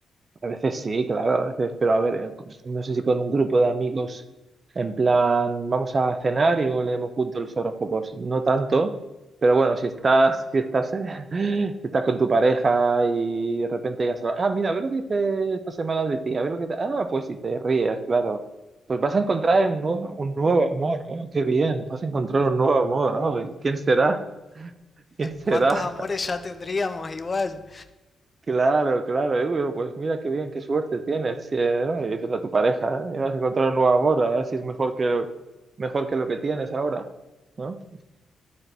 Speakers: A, on the right; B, on the left.
A: A veces sí, claro, a veces, pero a ver, eh, pues, no sé si con un grupo de amigos, en plan, vamos a cenar y luego leemos juntos los horóscopos. No tanto, pero bueno, si estás, si estás, eh, <laughs> si estás con tu pareja y de repente ya se ah, mira, a ver lo que dice esta semana de ti, a ver lo que te... Ah, pues si te ríes, claro. Pues vas a encontrar un nuevo, un nuevo amor, oh, qué bien, vas a encontrar un nuevo amor, oh, ¿quién será? <laughs> ¿Quién será?
B: ¿Cuántos amores ya tendríamos igual?
A: Claro, claro. Y, bueno, pues mira qué bien, qué suerte tienes. sí, eh, ¿no? Y dices a tu pareja, ¿eh? Y vas a encontrar un nuevo amor, a ver si es mejor que, mejor que lo que tienes ahora, ¿no?